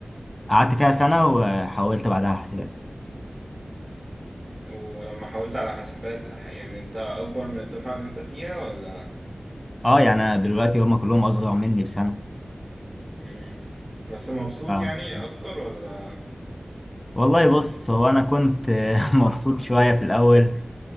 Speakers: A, on the left; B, on the right.
A: قعدت فيها سنه وحولت بعدها على حاسبات
B: ولما حاولت على حاسبات ح- يعني أنت أكبر من الدفعة اللي أنت فيها ولا
A: اه يعني انا دلوقتي هم كلهم اصغر مني بسنه
B: امم بس مبسوط
A: ف-
B: يعني أكتر ولا
A: والله بص هو انا كنت <laughs> مبسوط شويه في الاول